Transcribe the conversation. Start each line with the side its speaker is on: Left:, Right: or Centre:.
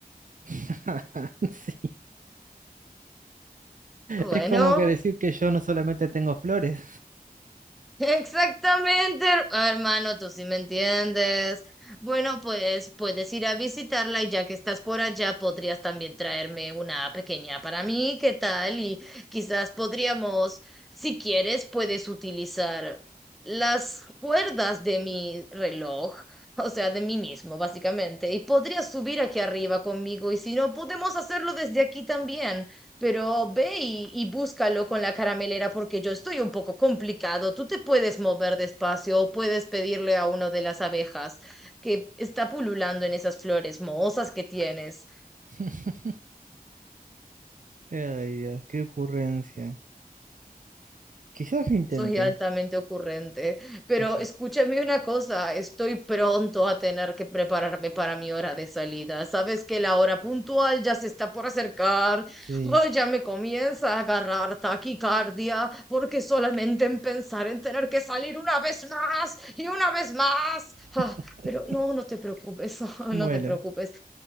Right: <laughs> Sí,
Centre: Bueno,
Right: es como que decir que yo no solamente tengo flores.
Centre: Exactamente, her- hermano, tú sí me entiendes. Bueno, pues puedes ir a visitarla y ya que estás por allá, podrías también traerme una pequeña para mí, ¿qué tal? Y quizás podríamos, si quieres, puedes utilizar las cuerdas de mi reloj, o sea, de mí mismo, básicamente, y podrías subir aquí arriba conmigo y si no, podemos hacerlo desde aquí también pero ve y, y búscalo con la caramelera porque yo estoy un poco complicado. Tú te puedes mover despacio o puedes pedirle a uno de las abejas que está pululando en esas flores mohosas que tienes.
Right: <laughs> Ay, Dios, qué ocurrencia. Quizás lo intente.
Centre: Soy altamente ocurrente, pero
Right: Quizás.
Centre: escúchame una cosa, estoy pronto a tener que prepararme para mi hora de salida. Sabes que la hora puntual ya se está por acercar.
Right: Sí.
Centre: Ay, ya me comienza a agarrar taquicardia porque solamente en pensar en tener que salir una vez más y una vez más. Ah,
Right: <laughs>
Centre: pero no, no te preocupes, <laughs>
Right: Bueno,
Centre: no te preocupes.